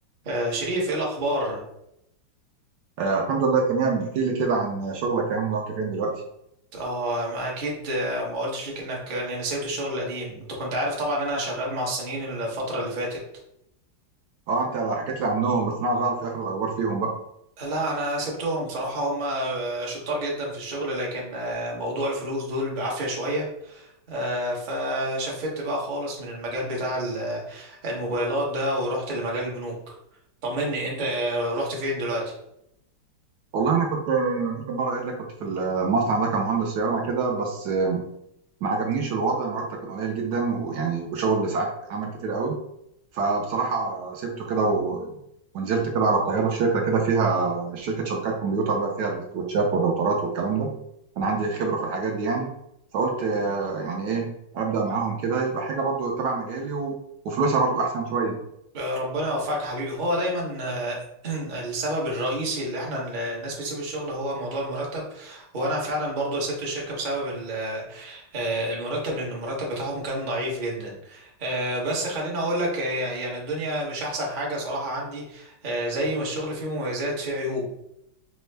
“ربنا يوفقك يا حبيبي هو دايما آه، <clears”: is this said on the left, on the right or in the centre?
Right